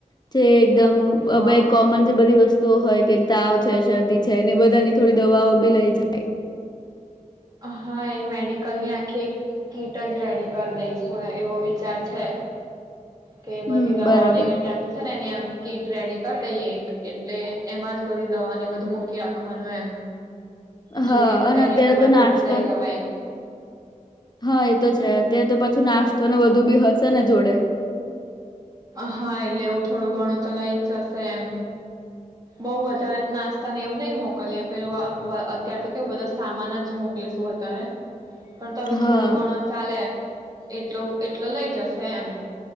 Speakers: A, on the left; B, on the right.
A: જે એકદમ
B: હા
A: અ બ એ કોમન જે બધી વસ્તુઓ હોય કે તાવ છે, શરદી છે એની બધાની થોડી દવાઓ બી લઈ જાય.
B: હા, એ મેડિકલની આંખી એક કીટ જ રેડી કર દઈશું. એવો વિચાર છે, કે બધી
A: હમ
B: દવાઓને
A: બરાબર
B: એવી રીતે આખી છે ને એની આ કીટ રેડી કર દઈએ એક, એટલે એમાં જ બધી દવા ને બધું મૂકી રાખવાનું એમ. જોઈએ
A: હા,
B: ને તો
A: અને
B: ડાયરેક્ટ
A: અત્યારે
B: એમાંથી
A: તો નાસ્તો
B: લઈ લેવાય
A: હા એતો છે અત્યારે તો પાછું નાસ્તો
B: હા.
A: ને બધું બી હ શેને જોડે
B: હા એટલે એવું થોડું ઘણું તો લઈ જ હશે એમ બઉ વધારે નાસ્તા ને એવું નહી મોકલીએ પેલું અત્યારે તો કેવું બધા સામાન જ મોકલીશું અતારે પણ તો બી
A: હા
B: થોડો ઘણો ચાલે એટલો એટલો લઇ જશે એમ